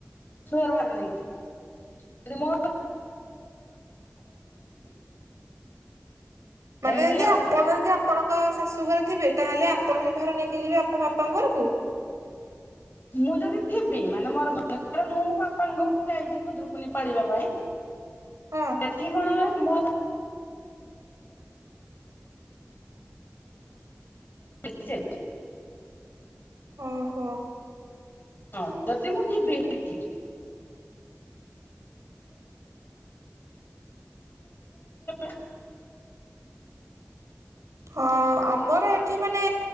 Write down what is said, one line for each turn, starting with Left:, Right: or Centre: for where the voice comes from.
Left: ସୁଅର ଭାର ନେଇକି ଜିବି। ଯଦି ମୋ <unintelligible>
Right: ମାନେ
Left: ଏମିତି
Right: ଯଦି
Left: ଆଉ
Right: ଆପଣ ଯଦି ଆପଣଙ୍କ ଶାଶୁ ଘରେ ଥିବେ ତାହେଲେ ଆପଣ ବି ଭାର ନେଇକି ଯିବେ ତମ ବାପାଙ୍କ ଘରକୁ?
Left: ମୁଁ ଯଦି ଥିବି। ମାନେ ମୋର ମନେକର ମୁଁ ମୋ ବାପାଙ୍କ ଘରକୁ ଯାଇଛି ଖୁଦୁରୁକୁଣି ପାଳିବା ପାଇଁ
Right: ହଁ
Left: ସେଠି କଣ ହବ ମୋ <unintelligible> <unintelligible>
Right: ଓହୋ।
Left: ହଁ ଜଦି ଜଦୀ ମୁଁ ଥିବିଏଠି <unintelligible>
Right: ହଁ ଆମର ଏଠି ମାନେ